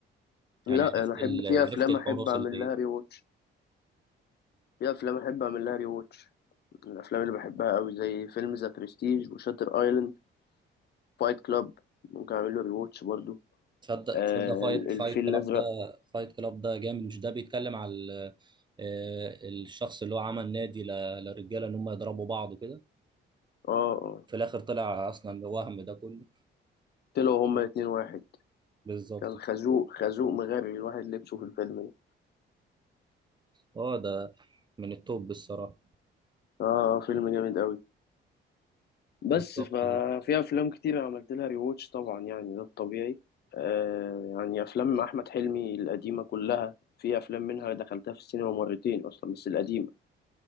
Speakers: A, on the left; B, on the right.
A: لا
B: يعني عرفت
A: أنا أحب
B: ال...
A: في أفلام
B: عرفت الحراس
A: أحب أعمل
B: اللي
A: لها ري واتش في أفلام أحب أعمل لها ري واتش من الأفلام اللي بحبها أوي زي فيلم ذا برستيج وشاتر أيلاند فايت كلاب ممكن أعمل له ري واتش برضه
B: تصدق
A: آه
B: تصدق فايت
A: الفيل
B: فايت كلاب
A: الأزرق
B: ده فايت كلاب ده جامد مش ده بيتكلم على ال- آه، الشخص اللي هو عمل نادي ل- للرجاله ان هم يضربوا بعض كده
A: اه اه
B: في الاخر طلع اصلا وهم ده كله
A: طلعوا هما اتنين واحد
B: بالظبط
A: كان خازوق
B: كده
A: خازوق مغري الواحد لبسه في الفيلم ده
B: اه ده من التوب الصراحه
A: اه فيلم جامد أوي بس
B: بالظبط
A: ففي
B: كده
A: افلام كتير انا عملت لها ريواتش طبعا يعني ده الطبيعي آه يعني افلام احمد حلمي القديمه كلها في افلام منها دخلتها في السينما مرتين اصلا بس القديمه